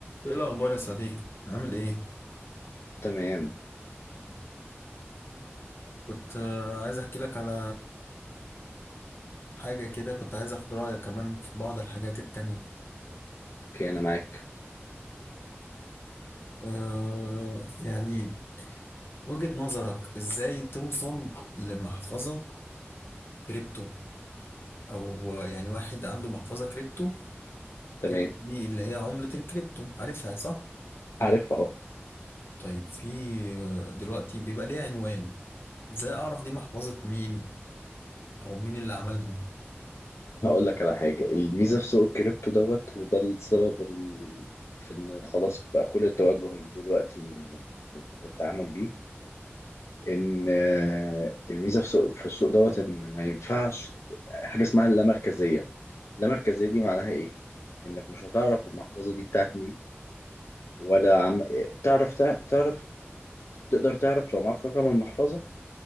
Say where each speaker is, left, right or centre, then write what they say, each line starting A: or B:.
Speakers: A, on the left; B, on the left.
A: ايه الاخبار يا صديقي عامل ايه
B: تمام
A: كنت آه، عايز احكي لك على حاجه كده كنت عايز اخد رايك كمان في بعض الحاجات التانية
B: اوكي انا معاك
A: أه يعني وجهة نظرك ازاي توصل لمحفظه كريبتو او آه، يعني واحد عنده محفظه كريبتو
B: تمام
A: كريبتو دي اللي هي عمله الكريبتو عارفها صح
B: عارف اه
A: طيب في آه، دلوقتي بيبقى ليها عنوان ازاي اعرف دي محفظه مين او مين اللي عملها
B: هقول لك على حاجه الميزه في سوق الكريبتو دوت وده السبب ال... في ان خلاص بقى كل التوجه دلوقتي إن- للتعامل بيه ان آه، الميزه في سوق في السوق دوت ان ما ينفعش ت- حاجه اسمها اللامركزيه اللامركزيه دي معناها ايه انك مش هتعرف المحفظه دي بتاعت مين ولا عم... تعرف تع- تعرف تقدر تعرف لو معاك رقم المحفظه